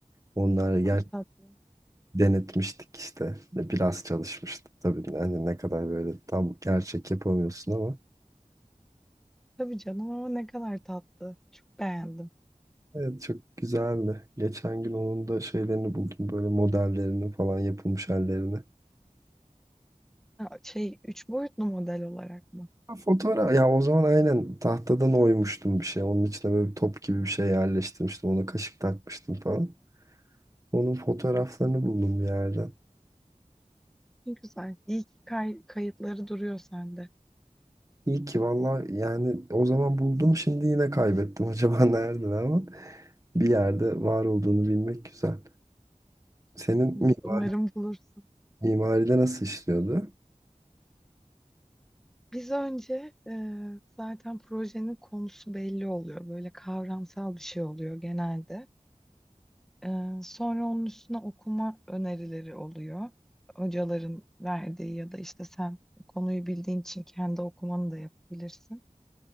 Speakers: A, on the right (about 25°); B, in the centre.
A: onları
B: Ne
A: ger
B: kadar tatlı.
A: denetmiştik işte biraz çalışmıştık tabii hani ne kadar böyle tam gerçek yapamıyorsun ama.
B: Tabii canım ama ne kadar tatlı. Çok beğendim.
A: Evet çok güzeldi. Geçen gün onun da şeylerini buldum böyle modellerini falan yapılmış hallerini.
B: Ha, Şey, üç boyutlu model olarak mı?
A: Ha, Fotoğraf ya o zaman aynen tahtadan oymuştum bir şey. Onun içine böyle bir top gibi bir şey yerleştirmiştim. Ona kaşık takmıştım falan. Onun fotoğraflarını buldum bir yerden.
B: Ne güzel. İyi ki kay- kayıtları duruyor sende.
A: İyi ki valla yani o zaman buldum şimdi yine kaybettim <laughs> acaba nerede ama bir yerde var olduğunu bilmek güzel. Senin
B: Evet,
A: mimar,
B: umarım bulursun.
A: mimaride nasıl işliyordu?
B: Biz önce e, zaten projenin konusu belli oluyor. Böyle kavramsal bir şey oluyor genelde. Ee, sonra onun üstüne okuma önerileri oluyor. Hocaların verdiği ya da işte sen konuyu bildiğin için kendi okumanı da yapabilirsin.